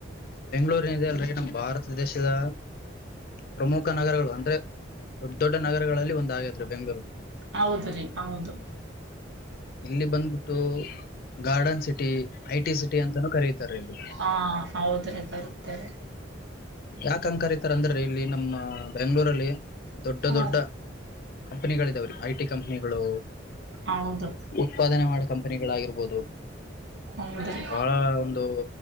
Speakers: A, on the left; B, on the right.
A: ಬೆಂಗಳೂರಿನದೆ ಅಲ್ರಿ ನಮ್ಮ ಭಾರತ ಸದೇಶದ ಪ್ರಮುಖ ನಗರಗಳು ಅಂದ್ರೆ ದೊಡ್ಡ ದೊಡ್ಡ ನಗರಗಳಲ್ಲಿ ಒಂದ ಆಗೇತ್ರಿ ಬೆಂಗ್ಗಳೂರು
B: ಹೌದ್ರೀ ಹೌದು
A: ಇಲ್ಲಿ ಬಂದ್ಬಿಟ್ಟು garden city I T city ಅಂತಾನೂ ಕರೀತಾರೆ ಇಲ್ಲಿ
B: ಹಾ ಹೌದ್ರಿ ಕರಿತಾರೆ
A: ಯಾಕ್ ಹಂಗ್ ಕರಿತಾರ ಅಂದರಿ ಇಲ್ಲಿ ನಮ್ಮ ಬೆಂಗ್ಗಳೂರಲ್ಲಿ ದೊಡ್ಡ
B: ಹಾ
A: ದೊಡ್ಡ
B: ರೀ
A: ಕಂಪನಿಗಳ ಇದಾವ್ರೀ ಐ ಟಿ ಕಂಪನಿಗಳು
B: ಹೌದು
A: ಉತ್ಪಾದನೆ ಮಾಡೋ ಕಂಪನಿಗಳಾಗಿರ್ಬೋದ್ ತೋಬ್
B: ಹೌದ್ರಿ
A: ಬಹಳ ಒಂದು